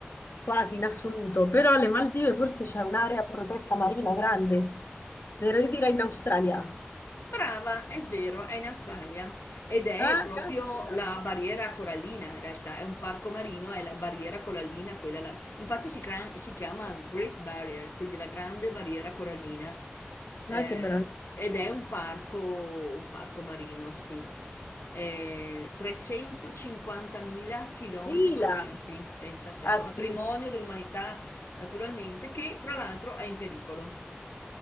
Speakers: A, on the left; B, on the left.
A: quasi in assoluto, però alle Maldive forse c'è un'area protetta marina grande, però io direi in Australia.
B: Brava, è vero, è in Australia ed è
A: Ah,
B: proprio
A: caspita,
B: la barriera corallina, in realtà è un parco marino, è la barriera corallina, quella la- infatti si, cram- si chiama Great Barrier, quindi la grande barriera corallina,
A: dai
B: Eh,
A: che meraviglia.
B: ed è un parco, un parco marino, sì, Eh, 350.000 chilometri
A: Mila,
B: quadrati, pensa a te,
A: ah sì,
B: patrimonio dell'umanità naturalmente, che tra l'altro è in pericolo.